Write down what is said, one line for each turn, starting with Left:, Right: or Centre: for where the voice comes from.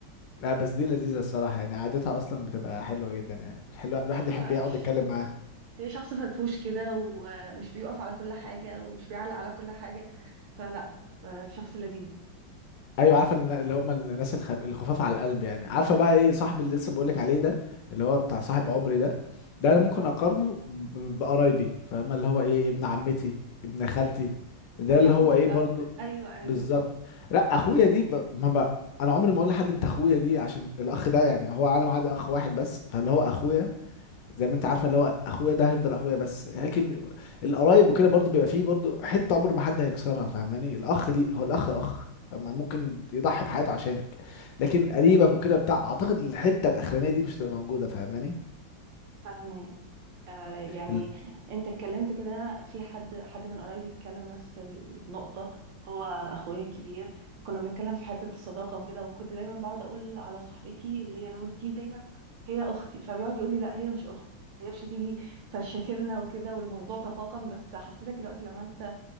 Left: لا بس دي لذيذة الصراحة يعني قعدتها أصلا بتبقى حلوة جدا يعني حلوة الواحد
Right: ايوه
Left: يحب يقعد
Right: ش-
Left: يتكلم معاه
Right: هي شخص فرفوش كده ومش بيقف على كل حاجه ومش بيعلق على كل حاجه فلا ط- شخص لذيذ
Left: أيوة عارفة إن- اللي هم الناس الخف... الخفاف على القلب يعني عارفة بقى إيه صاحبي اللي لسه بقولك عليه ده اللي هو بتاع صاحب عمري ده ده أنا ممكن
Right: اه
Left: أقارنه ب- بقرايبي فاهمة اللي هو إيه ابن عمتي ابن خالتي ده
Right: زي
Left: اللي
Right: اخوك
Left: هو إيه
Right: أ-
Left: برضو
Right: ايوه ايوه
Left: بالظبط لا أخويا دي ب... ما ب... أنا عمري ما أقول لحد أنت أخويا دي عشان الأخ ده يعني هو أنا معادي أخ واحد بس فاللي هو أخويا زي ما انت عارفه اللي هو اخويا ده هيفضل اخويا بس لكن القرايب وكده برضو بيبقى فيه برضو حته عمر ما حد هيكسرها فاهماني الاخ ليه هو الاخ اخ فما ممكن يضحي بحياته عشانك لكن قريبك وكده بتاع اعتقد الحته الاخرانيه دي مش هتبقى موجوده فاهماني
Right: فاهمة آه يعني
Left: ال-
Right: انت اتكلمت كده في حد حد من قرايبي اتكلم نفس النقطة هو اخويا الكبير كنا بنتكلم في حتة الصداقة وكده وكنت دايما بقعد اقول على صاحبتي اللي هي نور دي دايما هي اختي فبيقعد يقول لي لا هي مش اختي هي مش هتيجي فشاكلنا وكده والموضوع تفاقم بس حسيتك دلوقتي لما انت